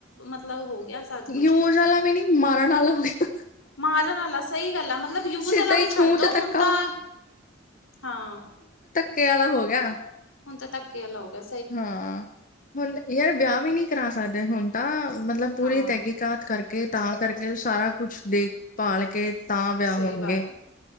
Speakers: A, on the left; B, on the left.
A: ਮਤਲਬ ਹੋ ਗਿਆ ਸਭ ਕੁਛ
B: ਯੂਜ ਵਾਲਾ ਵੀ ਨੀ ਮਾਰਨ ਵਾਲਾ ਹੋ ਗਿਆ
A: ਮਾਰਨ ਵਾਲਾ ਸਹੀ ਗੱਲ ਆ ਮਤਲਬ ਯੂਜ
B: ਸਿੱਧਾ
A: ਵਾਲਾ ਵੀ
B: ਹੀ
A: ਛੱਡ
B: ਖੂਹ
A: ਦੋ
B: ਤੇ ਧੱਕਾ
A: ਹੁਣ ਤਾਂ ਹਾਂ
B: ਕੇ ਵਾਲਾ ਹੋ ਗਿਆ
A: ਹੁਣ ਤਾਂ ਧੱਕ ਲਾਓਗਾ
B: ਹਾਂ ਹੁਣ ਯਾਰ ਵਿਆਹ ਵੀ ਨਹੀਂੀ ਕਰਾ ਸਕਦੇ ਹੁਣ ਤਾਂ ਮਤਲਬ ਪੂਰੀ
A: ਹਾਂ
B: ਤਹਿਕੀਕਤ ਕਰਕੇ ਕੇ ਤਾਂ ਕਰਕੇ ਸਾਰਾ ਕੁਛ ਦੇਖਭਾਲ ਕੇ ਤਾਂ ਵਿਆਹ
A: ਸਹੀ
B: ਹੋਣਗੇ
A: ਬਾਤ ਹੈ